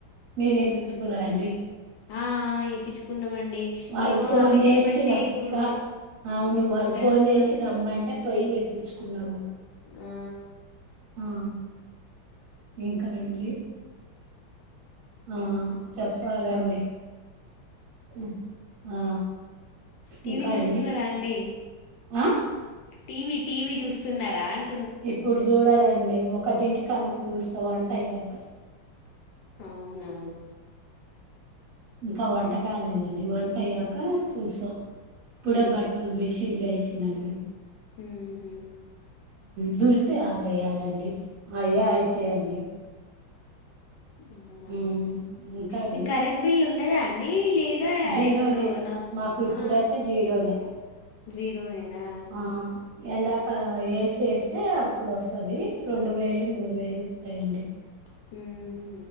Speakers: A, on the right; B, on the left.
A: మీరేపుచ్చుకున్న
B: మ్మ్.
A: అండి?
B: ఆ ఆ, వేయించుకున్నామండి
A: వాళ్ళు
B: ఏమో
A: ఫోన్
B: అవి
A: చేసి
B: చేయబట్టే
A: రమ్
B: ఇప్పుడు
A: వా, అవును. వాళ్ళు
B: గుండె
A: ఫోన్
B: నొప్పి
A: చేసి
B: వస్తు
A: రమ్మంటే, పోయి ఏపిచ్చుకున్నాము.
B: ఆ,
A: ఆ ఇంకా అండి? ఆ చెప్పారండి. మ్ ఆ.
B: టీవి
A: ఇంకా
B: చూస్తున్నారా
A: అండి
B: అండి?
A: ఆ
B: టీవీ, టీవీ చూస్తున్నారా అన్
A: ఇప్పుడు చూడాలండి. ఒకటింటి కాంతి చూస్తా వంటయ్యాక.
B: అవునా
A: ఇంకా వంట కాలేదండి. వంట అయ్యాక చూస్తా. ఇప్పుడే
B: ఆహా
A: బట్టలు మిషన్లు ఏసిన అండి.
B: మ్హు
A: దులిపి ఆరెయాలండి. అవె అయితాయండి.
B: ఆ అవునా
A: మ్ ఇంకా అండి?
B: మీకు కరెంట్ బిల్ ఉన్నదా అండి లేదా
A: జీరోనే.
B: ఇప్పుడు నా
A: మాకు ఇప్పుడైతే
B: ఆ
A: జీరోనే.
B: జీరోనేనా
A: ఆ ఎండాకాలం ఏసి ఏస్తే అప్పుడోస్తది. రొండు వేలు, మూడు వేలు వత్తాయండి.
B: మ్